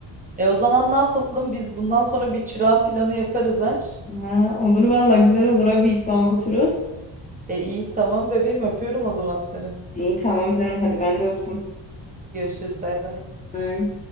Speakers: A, on the right; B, on the left.
A: E o zaman ne yapalım? Biz bundan sonra bir Çırağan planı yaparız ha.
B: Ha, olur valla güzel olur abi İstanbul turu.
A: E iyi tamam bebeğim öpüyorum o zaman seni.
B: İyi tamam canım hadi ben de öptüm.
A: Görüşürüz bay bay.
B: Ay.